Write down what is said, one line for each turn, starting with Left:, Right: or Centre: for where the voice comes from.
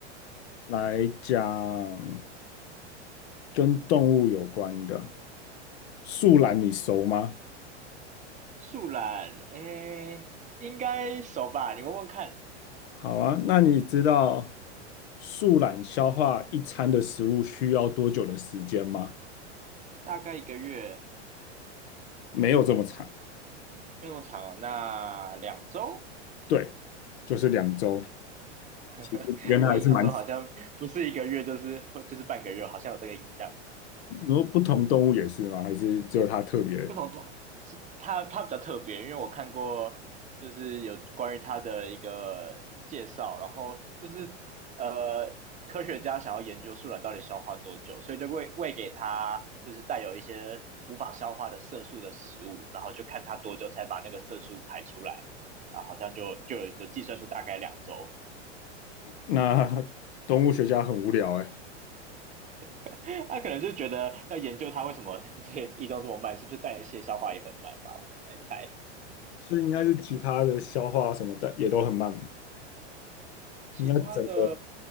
Left: 来讲跟动物有关的。树懒你熟吗？
Right: 树懒，诶，应该熟吧？你问问看，
Left: 好啊，那你知道树懒消化一餐的食物需要多久的时间吗？
Right: 大概一个月，
Left: 没有这么长，
Right: 没有那么长哦，那两周？
Left: 对，就是两周。
Right: <laughs>
Left: 其实你跟它还是蛮，
Right: 我印象中好像不是一个月，就是就是半个月，好像有这个印象。
Left: 你说不同动物也是吗？还是只有它特别？
Right: 为什么短？是他？他比较特别，因为我看过就是有关于他的一个介绍，然后就是呃科学家想要研究树懒到底消化多久，所以就喂喂给他，就是带有一些无法消化的色素的食物，然后就看他多久才把那个色素排出来，啊，好像就就有就计算出大概两周，
Left: 那 <laughs> 动物学家很无聊哎，
Right: <laughs> 他可能就觉得要研究它为什么 <laughs> 这个移动这么慢，是不是代谢消化也很慢吧？我来猜。
Left: 所以应该是其他的消化什么的也都很慢，
Right: 其他的
Left: 应该整个